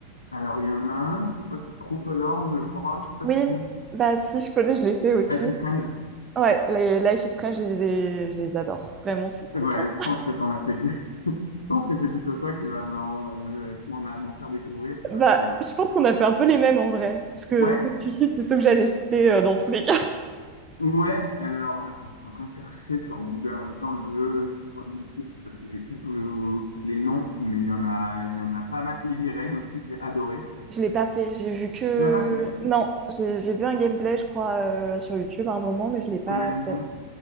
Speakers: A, on the left; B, on the right.
A: alors il y en a un, c'est quoi? C'est True Colors, je crois. Je sais pas
B: Oui,
A: si tu comptes.
B: bah si, je connais, je l'ai fait aussi.
A: Avec les Strange.
B: Ouais, les Life is Strange, je les, ai- je les adore. Vraiment, c'est trop
A: Ouais,
B: bien.
A: je pense que t'en as fait plus. <laughs> Je pense que c'est plutôt toi qui va m'en me- m'en- m'en faire découvrir
B: Bah,
A: parce que,
B: je pense qu'on a fait un peu les mêmes en vrai. Parce que
A: ouais,
B: ceux que tu cites, c'est ceux que j'allais citer euh, dans tous les cas.
A: Ouais, alors, attends, je suis en train de chercher sur Google en même temps, je veux, je vois mille titres parce que j'ai plus tous tous les noms, mais il y en a, il y en a pas mal. Heavy Rain aussi que j'ai adoré.
B: <laughs> Je l'ai pas fait. J'ai vu que.
A: Tu l'as pas fait?
B: Non, j'ai j'ai vu un
A: Je
B: gameplay, je crois, euh, sur YouTube à un moment, mais je l'ai pas
A: connais le
B: fait.
A: nom,